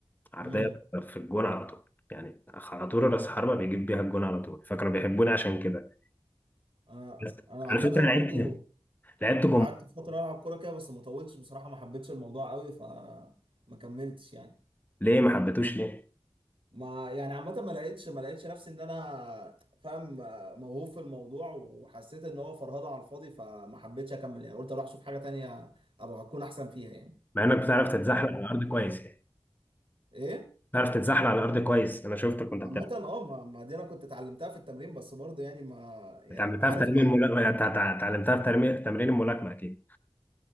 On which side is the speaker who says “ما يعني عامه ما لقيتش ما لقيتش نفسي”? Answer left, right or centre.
Right